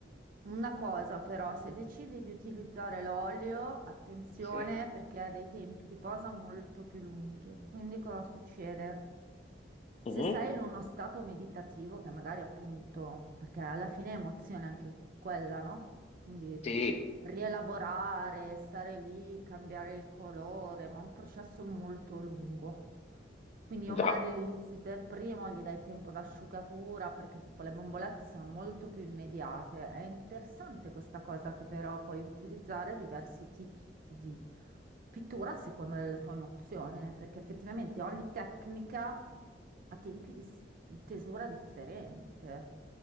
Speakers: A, on the right; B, on the left.
A: Una cosa però, se decidi di utilizzare l'olio, attenzione
B: Sì.
A: perché ha dei tempi di posa molto più lunghi. Quindi cosa succede? Se
B: Mhm.
A: sei in uno stato meditativo, che magari appunto, perché alla fine è emozione anche quella, no? Quindi
B: Sì,
A: rielaborare, stare lì, cambiare il colore, ma è un processo molto lungo. Quindi
B: già.
A: o magari li inizi per primo, gli dai tempo d'asciugatura, perché tipo le bombolette sono molto più immediate. È interessante questa cosa che però puoi utilizzare diversi tipi di pittura a seconda della tua emozione, perché effettivamente ogni tecnica ha tempi di s- tesura differente.